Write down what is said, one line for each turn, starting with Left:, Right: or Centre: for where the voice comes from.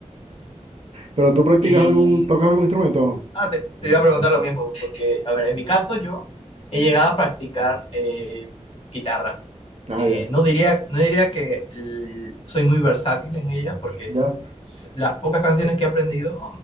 Right: Pero tú practicas
Left: Y
Right: algún, tocas algún instrumento o no?
Left: Ah, te, te iba a preguntar lo mismo, porque, a ver, en mi caso yo he llegado a practicar eh, guitarra.
Right: Ah,
Left: Eh,
Right: ya,
Left: no diría, no diría que l- soy muy versátil en ella, porque
Right: ya,
Left: s- las pocas canciones que he aprendido